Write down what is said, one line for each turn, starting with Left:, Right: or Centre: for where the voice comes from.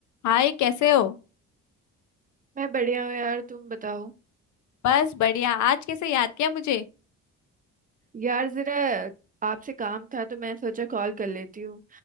Left: हाय कैसे हो
Right: मैं बढ़िया हूँ यार तुम बताओ
Left: बस बढ़िया आज कैसे याद किया मुझे
Right: यार जरा आपसे काम था तो मैं सोचा कॉल कर लेती हूँ